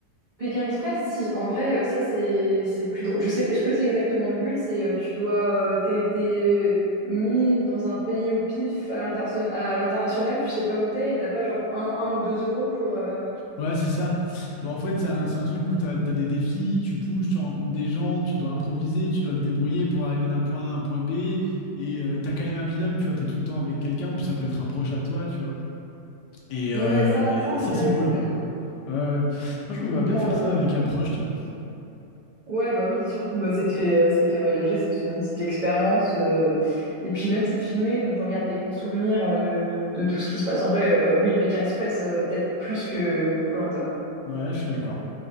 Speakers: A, on the right; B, on the left.
A: Pékin Express, si, en vrai, euh, ça, c'est, c'est plus drôle. Je sais plus ce que c'est exactement le but, c'est, euh, tu dois, euh, t'es, t'es mis dans un pays au pif à l'interna- à l'international, tu sais pas où t'es, et t'as pas genre un, un ou deux euros pour, euh,
B: Ouais, c'est ça. Bon, en fait, c'est un, c'est un truc où tu as, des défis, tu bouges, tu rencontres des gens, tu dois improviser, tu dois te débrouiller pour arriver d'un point A à un point B. Et euh, t'as quand même un binôme, tu vois, t'es tout le temps avec quelqu'un, puis ça peut être un proche à toi, tu vois. Et,
A: ouais,
B: euh,
A: ça,
B: et
A: ça, en
B: ça,
A: vrai,
B: c'est
A: oui,
B: cool
A: ça peut
B: en vrai.
A: être cool.
B: Euh, moi, je me vois
A: Donc,
B: bien
A: on
B: faire
A: le,
B: ça avec un proche, tu vois.
A: Ouais, bah oui, surtout, bah, ça te fait, euh, ça te fait voyager, ça te fait une petite expérience. euh, et puis même, c'est filmé, donc t'en gardes des bons souvenirs euh, de, de, de tout ce qui se passe. En vrai, euh, oui, Pékin Express, euh, peut-être plus que koh
B: Ouais, je suis d'accord.